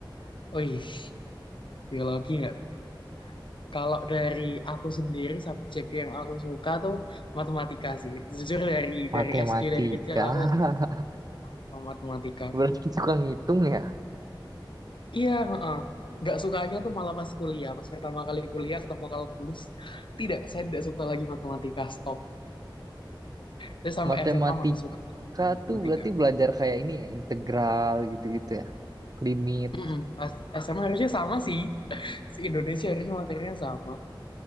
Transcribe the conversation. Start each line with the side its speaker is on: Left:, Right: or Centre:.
Left: oi, biologi nggak tuh? Kalau dari aku sendiri subjek yang aku suka tuh matematika sih. Jujur dari
Right: matematika.
Left: dari SD dari kecil aku
Right: <laughs>
Left: suka matematika.
Right: Berarti suka ngitung ya.
Left: Iya, heeh. Nggak sukanya tuh malah pas kuliah. Pas pertama kali kuliah ketemu kalkulus, tidak, saya tidak suka lagi matematika. Stop. Terus sama
Right: Matematika
Left: SMA masih suka banget sama matematika.
Right: tuh berarti belajar kayak ini ya, integral gitu-gitu ya, limit.
Left: Mm-mm. Pas SMA harusnya sama sih. Si Indonesia harusnya materinya sama.